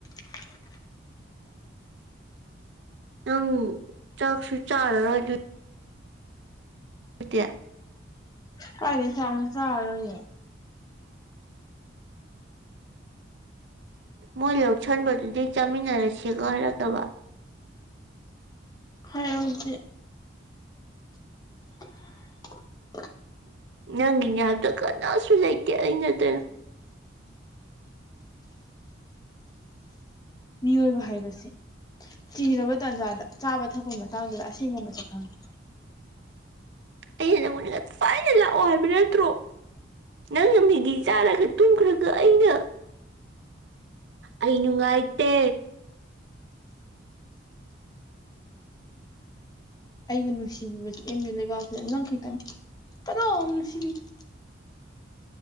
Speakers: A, on the left; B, on the right.
A: <inaudible>
B: ꯅꯪ ꯆꯥꯛꯁꯨ ꯆꯥꯔꯔꯣꯏ ꯑꯗꯨ <unintelligible>
A: ꯀꯥꯏꯗꯩ ꯆꯥꯛꯅꯣ ꯆꯥꯔꯔꯣꯏꯌꯦ
B: ꯃꯣꯏ ꯂꯧꯁꯟꯕꯗꯨꯗꯩ ꯆꯥꯃꯤꯟꯅꯔꯁꯤꯒ ꯍꯥꯏꯔꯛꯇꯕ
A: ꯍꯥꯏꯔꯛꯇꯦ <inaudible>
B: ꯅꯪꯒꯤꯅꯦ ꯍꯥꯕꯗ ꯀꯅ ꯁꯨ ꯂꯩꯇꯦ ꯑꯩ ꯅꯠꯇꯅ
A: ꯃꯤꯑꯣꯏꯕ ꯍꯥꯏꯕꯁꯦ ꯆꯤꯔꯕ ꯇꯥꯟꯖꯥꯗ ꯆꯥꯕ ꯊꯛꯄꯒꯤ ꯃꯇꯥꯡꯗ ꯑꯁꯦꯡꯕ ꯃꯁꯛ ꯈꯪꯉꯤ
B: ꯑꯩꯅ ꯅꯪꯉꯣꯟꯗ ꯉꯁꯥꯏꯅ ꯂꯥꯛꯑꯣ ꯍꯥꯏꯕ ꯅꯠꯇ꯭ꯔꯣ ꯅꯪꯅ ꯃꯦꯒꯤ ꯆꯥꯔꯒ ꯇꯨꯝꯈ꯭ꯔꯒ ꯑꯩꯅ ꯑꯩ ꯅꯨꯡꯉꯥꯏꯇꯦ
A: ꯑꯩꯕꯨ ꯅꯨꯡꯁꯤꯕꯤꯕꯁꯤ ꯑꯦꯝ ꯌꯨ ꯂꯩꯕꯥꯛꯕꯁꯤꯗ ꯅꯪ ꯈꯛꯇꯪꯅꯤ ꯀꯅꯥꯝ ꯅꯨꯡꯁꯤꯕꯤꯗꯦ